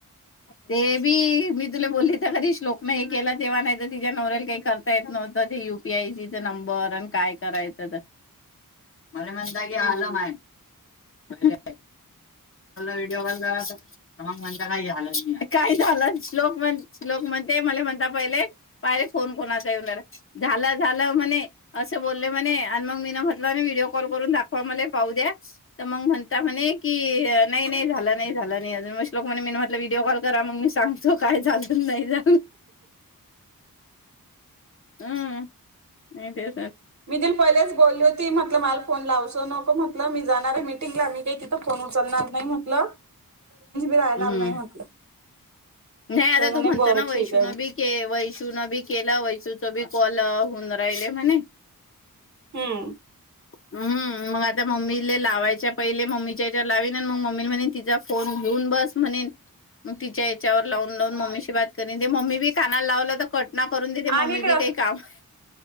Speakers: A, on the left; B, on the right.
A: ते बी मी तुला बोलली तर कधी श्लोक नाही हे केला तेव्हा नाही तर तिच्या्या नवऱ्याला काही करता येत त <unintelligible> युपीआयसी नंबर आणि काय करायचं मला म्हणता की
B: हम्म.
A: आलंम आहेनुला <unintelligible> ग म्हण <unintelligible> का झालं काय झालं श्लोक म्हण्लोक म्हणते म्हण हि <unintelligible> फोन कोणा <unintelligible> झाल झाल म्हणे अस बोले म्हणे आणि मग म्हट <unintelligible> व्हिडिओ कॉल करून दाखवा मले पाऊदया तर मग म्हणत्या म्हणे की नाय नाही झालं नाही झालं नाही अजून म लोकांनी <unintelligible> मी म्हटलं व्हिडिओ कॉल करा मी सांगतो काय झालं नाही जा हम् हे ते
B: मी त <unintelligible> पहिलेच बोलली होती म्हटलं मला फोन लावसो नको म्हटलं मी जाणार हाय मी का त <unintelligible> उचलणार नाही मम्हटलं राहणार
A: हम्म
B: नाही म्हटलं
A: नाही आता
B: तर म्हणे
A: तू म्हणत
B: बरं
A: ना वैषून
B: ठीक आहे
A: बी के वैषून बी केला वैषूच बी कॉल- हून राहिले म्हणे-
B: हम्म.
A: हम्म मग आता मम्मी लावायच्या पहिले मम्मीच्या याच्यावर लावीन मग मम्मी म्हणे तिचा फोन घेऊन- बस म्हणेन तिच्या याच्यावर लावून लावून मम्मीशी बात करेन ते मम्मी बी कानाल लावलं तर कट- ना करून देते
B: आणि
A: मम्मी
B: इकडं
A: बी काही काम-